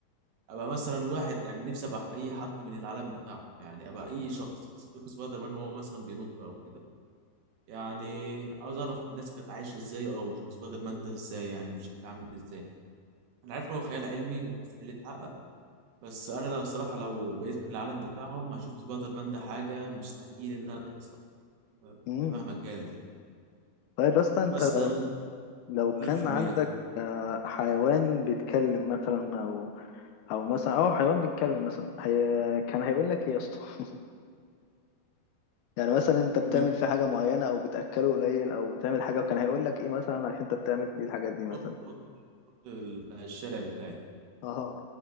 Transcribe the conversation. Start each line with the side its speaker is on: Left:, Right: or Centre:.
Right: ابقى مثلا واحد يعني نفسي ابقى اي حد من العالم بتاعهم يعني ابقى اي شخص بس اشوف سبايدر مان وهو مثلا بينط او كده يعني عاوز اعرف الناس كانت عايشه ازاي او بشوف سبايدر مان ده ازاي يعني مش شكله عامل ازاي انا عارف ان هو خيال علمي ومستحيل يتحقق بس انا لا الصراحه لو بقيت من العالم بتاعهم هشوف سبايدر مان ده حاجه مستحيل انها تحصل
Left: م.
Right: يعني مهما كانت يعني
Left: طيب بس انت
Right: بس ده ال-
Left: لو كان
Right: دول الفيلمين
Left: عندك آه، حيوان بيتكلم مثلا او او مثلا او حيوان بيتكلم مثلا هي كان هيقول لك ايه يا اسطى <laughs> يعني مثلا انت بتعمل
Right: هم القط
Left: فيه حاجه معينه او بتاكله قليل او بتعمل حاجه وكان هيقول لك ايه مثلا عشان انت بتعمل فيه الحاجات دي مثلا
Right: القط القط بتاع الشارع بتاعي
Left: اه